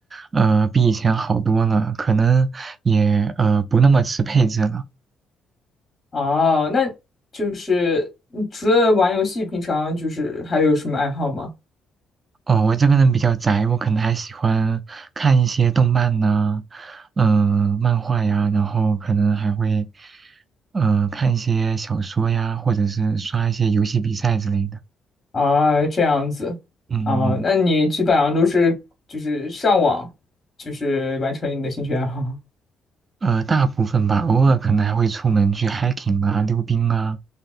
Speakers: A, on the right (about 25°); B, on the left (about 15°).
A: 呃，比以前好多了，可能也呃不那么吃配置了。
B: <laughs> 啊。那就是你除了玩游戏，平常就是还有什么爱好吗？
A: 哦，我这个人比较宅，我可能还喜欢看一些动漫呐、嗯、漫画呀，然后可能还会，呃，看一些小说呀，或者是刷一些游戏比赛之类的。
B: 啊，这样子啊，
A: 嗯嗯嗯
B: 那你基本上都是就是上网，就是完成你的兴趣爱好。
A: 呃，大部分吧，偶尔可能还会出门去 hiking 啊、溜冰啊，